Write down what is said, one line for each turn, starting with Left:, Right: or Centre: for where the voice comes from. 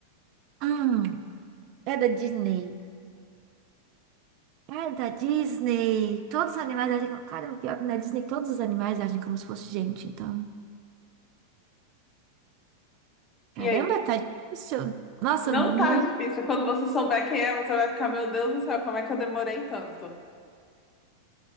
Right: Hum, é da Disney. Cara da Disney. Todos os animais agem como. Cara, o pior que na Disney todos os animais agem como se fosse gente, então. Caramba,
Left: E aí?
Right: tá difícil. Nossa,
Left: Não
Right: não,
Left: tá difícil. Quando você souber quem é, você vai ficar, meu Deus do céu, como é que eu demorei tanto?